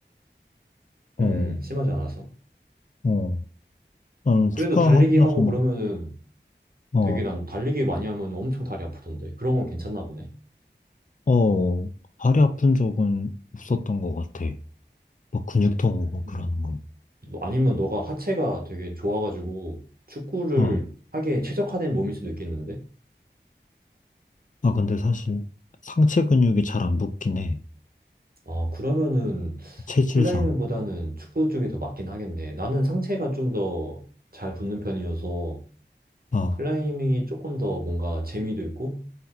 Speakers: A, on the left; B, on the right.
A: 어,
B: 음, 음, 심하지 않아서.
A: 어. 나는 축구하고
B: 그래도 달리기
A: 나서
B: 하고
A: 막,
B: 그러면은
A: 어.
B: 되게 난 달리기 많이 하면 엄청 다리 아프던데. 그런 건 괜찮나 보네.
A: 어, 다리 아픈 적은 없었던 것 같아. 막 근육통
B: 음.
A: 오고
B: 음.
A: 그러는 거.
B: 너- 아니면 너가 하체가 되게 좋아가지고 축구를
A: 어,
B: 하게 최적화된 몸일 수도 있겠는데?
A: 아, 근데 사실 상체 근육이 잘 안 붙긴 해.
B: 아, 그러면은
A: 체질상.
B: 클라이밍보다는 축구 쪽이 더 맞긴 하겠네. 나는 상체가 좀 더 잘 붙는 편이어서
A: 어,
B: 클라이밍이 조금 더 뭔가 재미도 있고